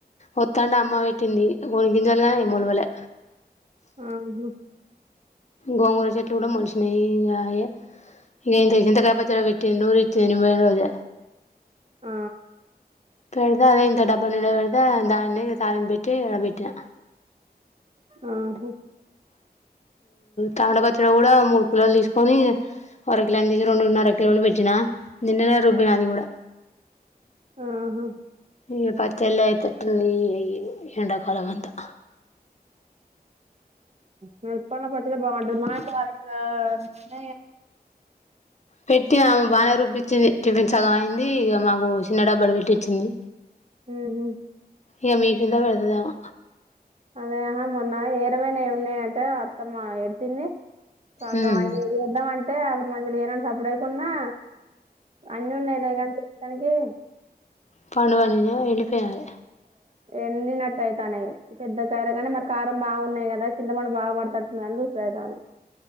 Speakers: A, on the left; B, on the right.
A: వత్తాంటే అమ్మ పెట్టింది కొన్ని గంజాలుగానే మూలవలే
B: ఆహ
A: గోంగర చెట్లు కూడా మలిచినయి ఇ ఇ చింతకాైపచ వెట్టి నూరు ఇ నిద
B: ఆ
A: పెడుతే అదే ఇంత డబ్బా ని పెడుదా దాన్న తాయం పోయిటుడ పోయి
B: ఆహ
A: తామడా పచ్చడి కూడా మూడు కిలోలు తీసుకొని అర కిలోని తీసి రెండున్నర కిలోలు పెట్టినా నిన్ననే రుబ్బిన అది కూడా
B: ఆహా
A: ఈ పచ్చళయితే ఎట్టుండయి ఎండాకాలం అంతా
B: మరుప్పనే పత బాగుంట మా వరకుల నిన్న
A: పెట్టినా బాగానే రూబ్బించింది టిఫిన్స్గ అయింది ఇక మాకు చిన్న డబ్బా పెట్టించిింది
B: హ్మ్
A: ఇక మీకుందా పెడతదేమో
B: అదేహా మొన్న ఏరమైనావి ఉన్నాయంటే అత్తమ్మ ఎతింది కదా
A: ఉమ్
B: ఏదేదో అే అప్పుడు మంచిలు ఏనా సపడేకుడా అన్నిీ ఉన్నాయిలే కానీ చేస్తానికి
A: పడు పనిిన వెళ్ళపోయాాల
B: ఎన్నినట్టు అయితాన పెద్ద కయార కాని మరి కారం బాగున్నాయి కదా చింతమనం బాగు పడుతట్టున్నా అని చూసర అతాన్ని